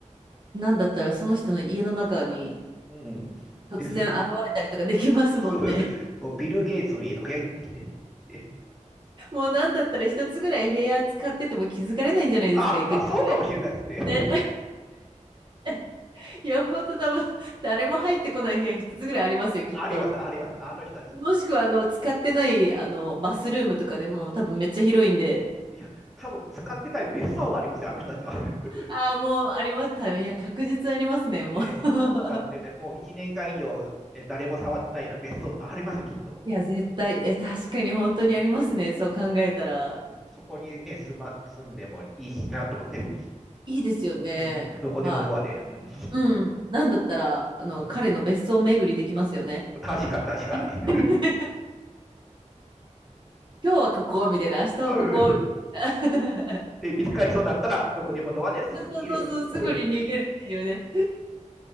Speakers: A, on the right; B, in the centre.
A: なんだったらその人の家の中に
B: うん。
A: 突然現れたりとかできますもんね。
B: ですよ。<laughs> そうですね。ビル・ゲイツの家とか行ってきて。で、
A: <laughs> もうなんだったら一つぐらい部屋使ってても気づかれないんじゃないですか、
B: あ、
A: 一ヶ月ぐらい。
B: あ、そうかもしれないですね。<laughs>
A: ね。<laughs> いや、ほんと多分誰も入ってこない部屋一つぐらいありますよ、きっと。
B: あります、あります。あの人たち。
A: もしくは、あの、使ってない、あの、バスルームとかでも多分めっちゃ広いんで。
B: いや、多分使ってない別荘がありますよ、あの人たちは。<laughs>
A: ああ、もうあります。いや、確実ありますね、もう。
B: ね、
A: <laughs>
B: 使ってね、もう1年間以上、ね、誰も触ってないような別荘とかありますよ、きっと。
A: いや、絶対、いや、確かに本当にありますね、
B: うん
A: そう考えたら。
B: うんうんそこにね、住ま、住んでもいいしなと思って。
A: いいですよね。
B: うんどこでもドアで。
A: はい。
B: うん、
A: うん。なんだったら、あの、
B: <laughs>
A: 彼の別荘巡りできますよね。
B: 確かに、確かに。
A: <laughs>
B: <laughs>
A: 今日はここ、みたいな、明日はここ、
B: うん
A: みたいな。<laughs>
B: で、見つかりそうになったら、どこでもドアですぐ逃げればいい。
A: そうそうそう、すぐに逃げるっていうね。